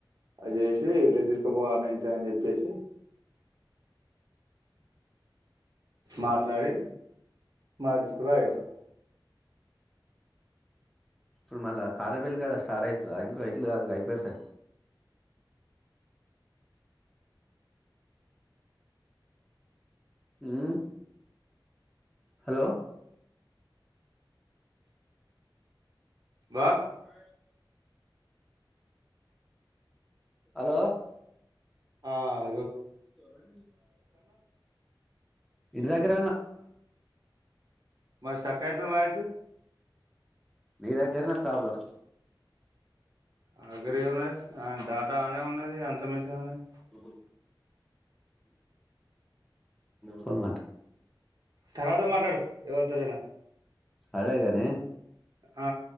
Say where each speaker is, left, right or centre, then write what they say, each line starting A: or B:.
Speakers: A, on the right (about 50°); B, in the centre.
A: అది చేసి రేపు తీసుకుపో అనేసి అని చెప్పేసి మాట్లాడి మన తీసుకుపోయిఆడేద్దాం.
B: ఇప్పుడు మళ్ళ కాట్రపెల్లి కాడ స్టార్ట్ ఐతదా ఇంకో ఇట్లు కాదు అయిపోతే ఊ హలో
A: వా
B: అ హలో
A: ఆ
B: ర రె ఇంటి దగ్గరే ఉన్న
A: మరి శ్రక్ ఐతంది వాయిస్
B: నీ దగ్గరనే ప్రాబ్లం
A: నాదగ్గరేమున్నది ఆ డాటా ఆనే ఉన్నది అంత మంచిగనె ఉన్నది
B: ఊ పోన్ మాట్లాడ
A: తర్వాత మాట్లాడు ఎవలతోనైనా
B: అదెగాని
A: ఆ